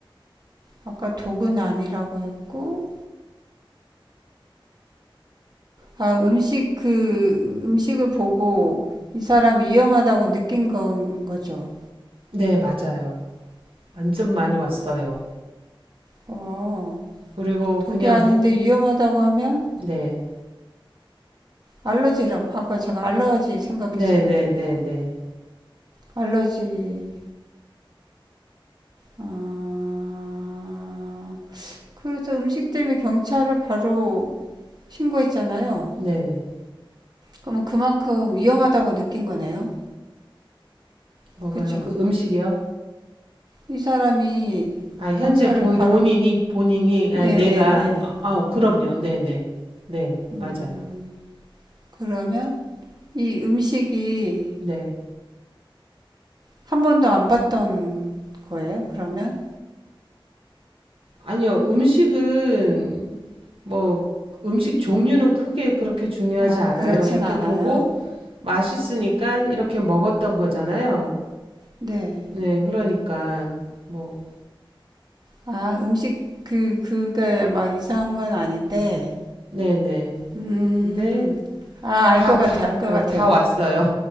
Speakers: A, on the right (about 50°); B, on the right (about 85°).
A: 아까 독은 아니라고 했고, 아, 음식, 그, 음식을 보고 이 사람이 위험하다고 느낀 건 거죠.
B: 네, 맞아요. 완전 많이 왔어요.
A: 어,
B: 그리고
A: 독이
B: 그냥
A: 아닌데
B: 무,
A: 위험하다고 하면
B: 네,
A: 알러지라고 아까 제가 알러지 생각했었거든요.
B: 네, 네, 네, 네,
A: 알러지 아, 그래서 음식 때문에 경찰을 바로 신고했잖아요.
B: 네, 네.
A: 그러면 그만큼 위험하다고 느낀 거네요.
B: 뭐가요?
A: 그쵸?
B: 그 음식이요?
A: 이 사람이
B: 아, 현재
A: 경찰을
B: 본,
A: 바로
B: 본인이, 본인이, 아,
A: 예, 예,
B: 내가,
A: 예.
B: 아, 아, 그럼요. 네, 네, 네,
A: 음,
B: 맞아요.
A: 그러면 이 음식이
B: 네.
A: 한 번도 안 봤던 거예요, 그러면?
B: 아니요, 음식은, 뭐, 음식 종류는 크게 그렇게 중요하지
A: 아,
B: 않아요.
A: 그렇진
B: 이렇게
A: 않아요.
B: 보고 맛있으니까 이렇게 먹었던 거잖아요.
A: 네.
B: 네, 그러니까, 뭐.
A: 아, 음식 그 그게 막 이상한 건 아닌데.
B: 네네.
A: 음.
B: 네.
A: 아, 알
B: 다,
A: 것 같아요.
B: 다,
A: 알 것
B: 어,
A: 같아요.
B: 다 왔어요.